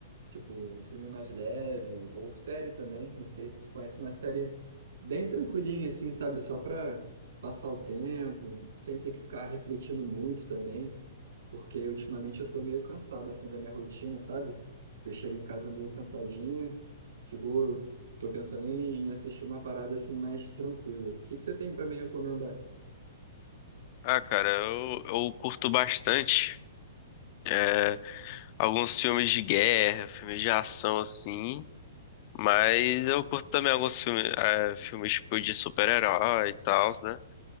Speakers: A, on the right; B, on the left.
A: Tipo, um filme mais leve, ou série também. Não sei se tu conhece uma série bem tranquilinha, assim, sabe? Só pra passar o tempo, sem ter que ficar refletindo muito também. Porque ultimamente eu tô meio cansado, assim, da minha rotina, sabe? Eu chego em casa meio cansadinho, fico. Tô pensando em em assistir uma parada assim mais tranquila. O que que você tem pra me recomendar?
B: Ah, cara, eu, eu curto bastante é, alguns filmes de guerra, filmes de ação assim, mas eu curto também alguns filmes, é, filmes tipo de super-herói e tal, né?